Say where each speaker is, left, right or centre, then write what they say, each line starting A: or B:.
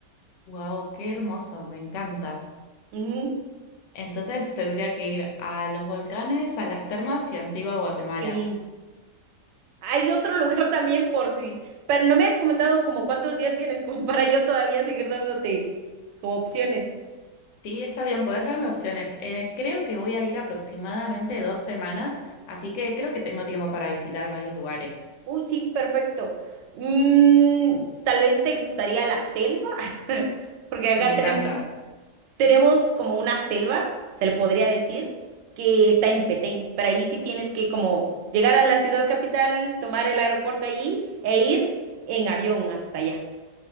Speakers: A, on the left (about 80°); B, on the right (about 85°).
A: Wow, qué hermoso, me encanta.
B: Ujú.
A: Entonces tendría que ir a los volcanes, a las termas y a Antigua Guatemala.
B: Y Hay otro lugar también por si, pero no me has comentado como cuántos días vienes, como para yo todavía seguir dándote como opciones.
A: Sí, está bien, podés darme opciones. Eh, creo que voy a ir aproximadamente dos semanas, así que creo que tengo tiempo para visitar varios lugares.
B: Uy, sí, perfecto. Mm, tal vez te gustaría la selva, <laughs> porque acá
A: Me encanta.
B: tenemos, tenemos como una selva, se le podría decir, que está en Petén, pero ahí sí tienes que como llegar a la ciudad capital, tomar el aeropuerto allí e ir en avión hasta allá.